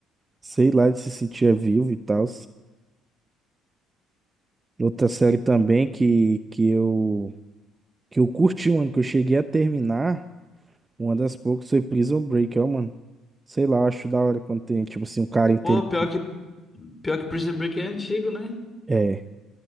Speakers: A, on the right; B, on the left.
A: sei lá, ele se sentia vivo e tal. Outra série também que, que eu que eu curti, mano, que eu cheguei a terminar, uma das poucas foi Prison Break, ó, mano. Sei lá, eu acho da hora quando tem, tipo assim, um cara inteligente.
B: Pô, pior que pior que Prison Break é antigo, né?
A: É,